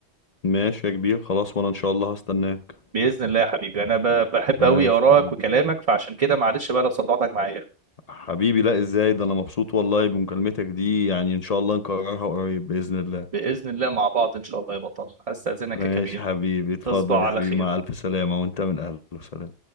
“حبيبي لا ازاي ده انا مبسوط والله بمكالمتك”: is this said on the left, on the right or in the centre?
Left